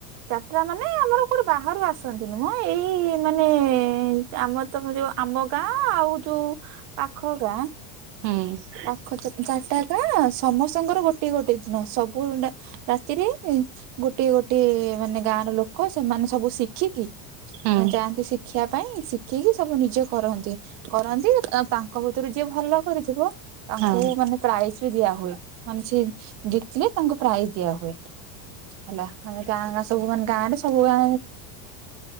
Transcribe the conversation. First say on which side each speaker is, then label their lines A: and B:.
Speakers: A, on the right; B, on the right.
A: ଯାତ୍ରା ମାନେ ଆମର କୋଉଠି ବାହାରୁ ଆସନ୍ତିନି ମ ଏଇ ମାନେ ଆମ ତମେ ଯୋଉ ଆମ ଗାଁ ଆଉ ଯୋଉ ପାଖ ଗାଁ
B: ହୁଁ।
A: ପାଖ ଚାରିଟା ଗାଁ ସମସ୍ତଙ୍କର ଗୋଟେ ଗୋଟେ ଦିନ ସବୁ ରାତିରେ ଗୋଟିଏ ଗୋଟିଏ ମାନେ ଗାଁ ର ଲୋକ ସେମାନେ ସବୁ ଶିଖିକି
B: ହୁଁ
A: ଯାଆନ୍ତି ଶିଖିବା ପାଇଁ ଶି ଖିକି ସବୁ ନିଜେ କରନ୍ତି, କରନ୍ତି ଆଉ ତାଙ୍କ ଭିତରୁ ଯିଏ ଭଲ କରିଥିବ ତାଙ୍କୁ
B: ହଁ
A: ମାନେ ପ୍ରାଇଜ୍ ବି ଦିଆ ହୁଏ ମାନେ ସେ ଜିତିଲେ ତାଙ୍କୁ ପ୍ରାଇଜ୍ ଦିଆ ହୁଏ। ହେଲା ମାନେ ଗାଁ ଗାଁ ସବୁ ମାନେ ଗାଁ ରେ ସବୁ ଗାଁ <unintelligible>